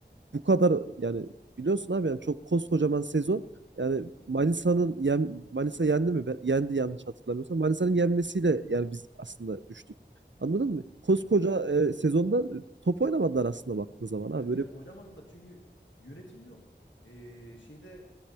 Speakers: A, on the right (about 80°); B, on the left (about 85°).
A: bu kadar yani biliyorsun abi yani çok koskocaman sezon yani
B: hı
A: Manisa'nın
B: hı,
A: yen, Manisa yendi mi? Ben, yendi yanlış hatırlamıyorsam. Manisa'nın yenmesiyle yani biz aslında düştük. Anladın mı?
B: hı
A: Koskoca
B: hı.
A: e, sezonda e, top oynamadılar aslında baktığın zaman
B: Evet
A: ha böyle
B: ya oynamadılar çünkü yönetim yok. E, şeyde